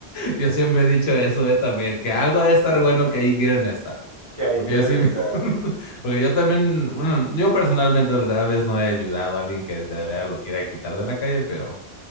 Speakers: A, on the left; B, on the right.
A: Yo siempre he dicho eso eh, también, que algo debe estar bueno que ahí quieren estar.
B: que ahí
A: Porque
B: quieren
A: yo sí,
B: estar.
A: <laughs> porque yo también, bueno, yo personalmente tal vez no he ayudado a alguien que de veras lo quiera quitar de la calle, pero